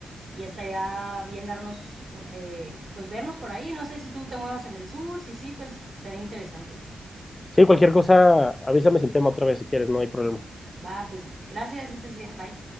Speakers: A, on the right; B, on the left.
A: y estaría bien darnos, eh, pues vernos por ahí. No sé si tú te muevas en el sur, si sí, pues estaría interesante.
B: Sí, cualquier cosa, avísame sin tema otra vez si quieres, no hay problema.
A: Va, pues gracias, que estés bien, bye.